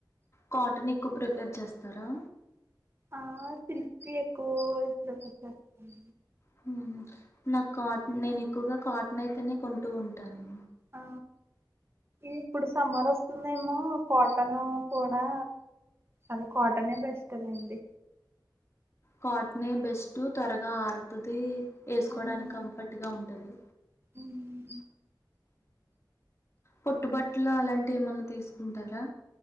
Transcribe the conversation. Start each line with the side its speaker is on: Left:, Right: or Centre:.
Left: కాటనిక్ ఎక్కువ ప్రిఫేర్ చేస్తారా
Right: ఆ సిల్ప్ ఎక్కువకస్తాంది
Left: హ నా కార్ట్ నేను ఎక్కువగా కార్ట్ నైతేనే కొంటూ ఉంటాను
Right: ఆ ఇప్పుడు సమ్మర్ వస్తుందేమో కాటన్ కూడా అది కాటనే బెస్ట్ లేండి
Left: కాట్నే బెస్ట్ త్వరగా ఆర్ టది వేసుకోవడానికి
Right: ఉమ్,
Left: కంఫర్ట్గా ఉంటుంది
Right: ఉమ్.
Left: పొట్టుబట్టల అలాంటివి ఏమన్నా తీసుకుంటారా.